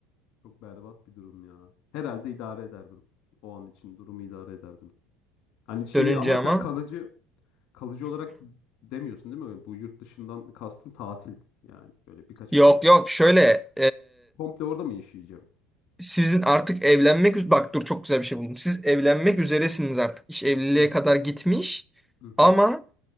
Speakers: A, on the left (about 65°); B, in the centre.
A: Çok berbat bir durum ya. Herhalde idare ederdim. O an için durumu idare ederdim. Hani şey
B: Dönünce
A: ama
B: ama.
A: sen kalıcı kalıcı olarak demiyorsun değil mi? Bu yurt dışından kastın tatil. Yani böyle birkaç
B: Yok
A: haftalık.
B: yok şöyle
A: Komple orada mı yaşayacağım?
B: Sizin artık evlenmek üz- bak dur çok güzel bir şey buldum. Siz evlenmek üzeresiniz artık. İş evliliğe
A: Hı hı.
B: kadar gitmiş
A: Hı hı.
B: ama